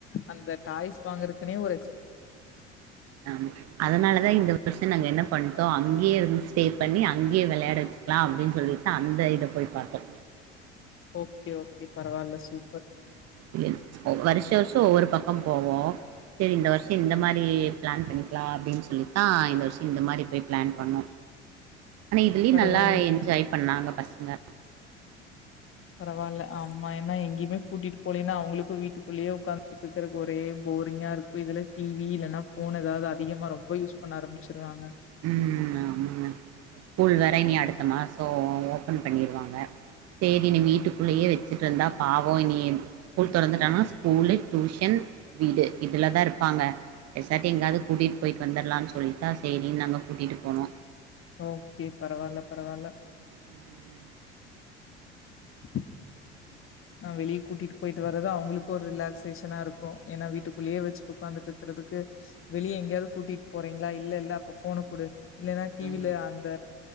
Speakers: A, on the left (about 40°); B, on the right (about 45°).
A: அந்த டாய்ஸ் வாங்றக் கின்னே ஒரு
B: ஆமா அதனாலதா இந்த வர்ஷோ நாங்க என்ன பண்டோ அங்கேயே இன்ஸ்பெயர் பண்ணி அங்யே வெளயாட வெச்கலா அப்டினு சொலிடு அந்த இத போய் பாத்தோ
A: ஓகே ஓக் கே பரவால சூப்பர்
B: இல்ல வருஷோ வர்ஷோ ஒவொரு பக்க போவோ செரி இந்த வருஷ் இந்த மாரி பிளான் பண்ணிக்லா அப்டின் சொல்லிதா இந்த வர்ஷ் இந்த மாரி போய் பிளான் பண்ணோ ஆனா இதிலி
A: பரவால்ல
B: நல்லா என்ஜாய் பண்ணாங்கப் பஸ்ங்க
A: பரவால்ல ஆமா ஏனா எங்கிமே கூட்டிடு போலினா அவங்ளுகு வீட்டுகுளேயே உக்காந்துட்ருகறக்கு ஒரே போரிங்கா இருக்கு இதுல டி வி இல்லனா ஃபோன் ஏதாவ்து அதிகமா ரொம்ப யூஸ் பண்ண ஆரம்பி ச்ருவாங்க
B: உம் ம் ஆமாங்க ஸ்கூல் வேற இனி அடுத்த மாசோ ஓபன் பண்ணிருவாங்க சேரி இனி வீட்டுகுள்ளயே வெச்சிட்ருந்தா பாவோ இனி ஸ்கூல் தொறந்துடானா ஸ்கூலு டியூஷன் வீடு இதுலதா இருபாங்க பேசாட்டி எங்காது கூட்டிட் போய்ட் வந்தரலான் சொல்லித்தா சேரி நாங்க கூட்டிட்டு போனோ
A: ஓகே பரவால பரவால
B: உம்
A: <inaudible> நா வெளி கூட்டிட்டு போய்ட்டு வர தா அவுங்ளுகு ஒரு ரிலாஸேஷனா இருக்கு ஏனா வீட்டுகுள்யே வெச்சிட்டு உக்காந்துட்ருகறதுக்கு வெளியே எங்யாது கூட்டிட் போறீங்ளா இல்ல இல்ல அப்ப ஃபோன குடு இல்லனா டி வி
B: ஆ
A: ல அந்த